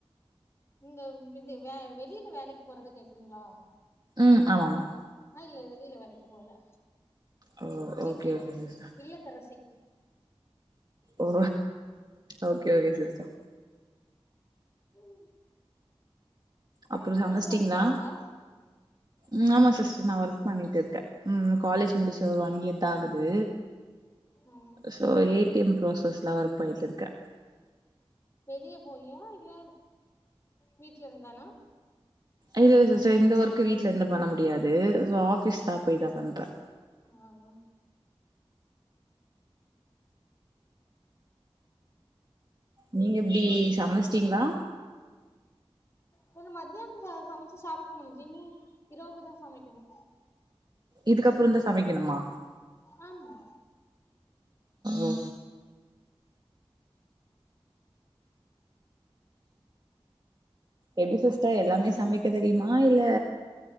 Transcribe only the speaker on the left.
நீங்க இது வே வெளியில வேலைக்கு போறத கேக்குறீங்ளா
ஆ இல்ல வெளியில வேலைக்கு போல
வீட்ல
இல்லத்தரசி
ம்ம்
நீங்க ஒர்க் போறீங்ளா
ம்
வெளிய போயியா இல்ல வீட்ல இருந்தானா
ஆ உ
கொஞ்சோ மத்தியான்தா சமச்சி சாப்புண்ணு ஜெனி இரவுக்குதா சமைக்கணு
ஆமா